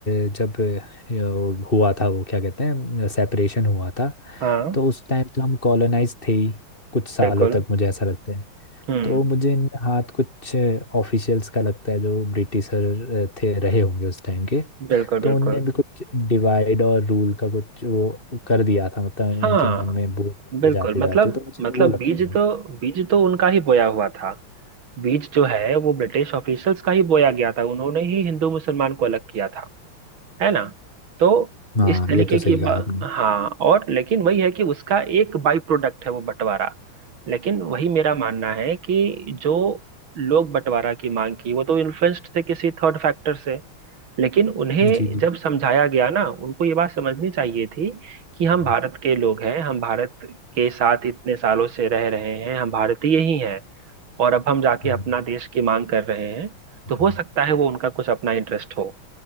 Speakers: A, on the left; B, on the right.
A: अ, जब अ, यो हुआ था वो क्या कहते हैं सेपरेशन हुआ था
B: हाँ
A: तो उस टाइम तो हम कॉलोनाइज थे ही कुछ सालों
B: बिल्कुल
A: तक मुझे ऐसा लगता है
B: हम्म
A: तो मुझे इन हाथ कुछ ऑफिशियल्स का लगता है जो ब्रिटिशर थे रहे होंगे उस टाइम के
B: बिल्कुल बिल्कुल
A: तो उनने भी कुछ डिवाइड और रूल का कुछ वो कर दिया था मतलब इनके
B: हाँ
A: मन में वो होता
B: बिल्कुल
A: जाते
B: मतलब
A: जाते तो मुझे
B: मतलब
A: वो लगता
B: बीज
A: है
B: तो बीज तो उनका ही बोया हुआ था बीज जो है वो ब्रिटिश ऑफिसर्स का ही बोया गया था उन्होंने ही हिंदू मुसलमान को अलग किया था है ना तो
A: हाँ
B: इस तरीके
A: ये तो सही
B: की बा-
A: कहा आपने
B: हाँ और लेकिन वही है कि उसका एक बाई प्रोडक्ट है वो बंटवारा लेकिन वही मेरा मानना है कि जो लोग बंटवारा की मांग की वो तो इन्फ्लुएंस्ड थे किसी थर्ड फैक्टर से लेकिन उन्हें
A: जी जी
B: जब समझाया गया ना उनको ये बात समझनी चाहिए थी कि
A: हम्म,
B: हम भारत के लोग हैं हम भारत के साथ इतने सालों से रह रहे हैं हम भारतीय ही हैं और अब हम जाके
A: हम्म,
B: अपना देश की मांग कर रहे हैं
A: हम्म।
B: तो हो सकता है वो उनका कुछ अपना इंटरेस्ट हो